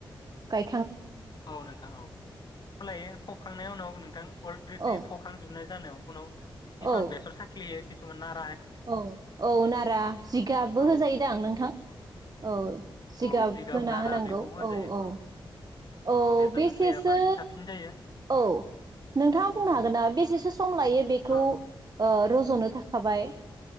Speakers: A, on the right; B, on the left.
A: गाय
B: औ नोंथां औ खलायो। हुखांनायनि उनाव नोंथां अलट्रेटिप
A: औ
B: फखांजोबनाय जानायाव उनाव किसन
A: औ
B: बेसर साख्लि किसुमान नाथ
A: औ औ नारा जिगाबबो
B: औ
A: होजायोदां नोंथां? औ जिगाब
B: औ
A: फोना
B: नारा
A: होनांगौ
B: बेखौबो होजायो
A: औ औ। औ
B: बेसर
A: बेसेसो
B: साख्लिया बांसिन साबसिन जायो
A: औ नोंथाङा बुंनो हागोन ना बेसेसो सम लायो बेखौ
B: औ
A: ओ रज'नो थाखाबाय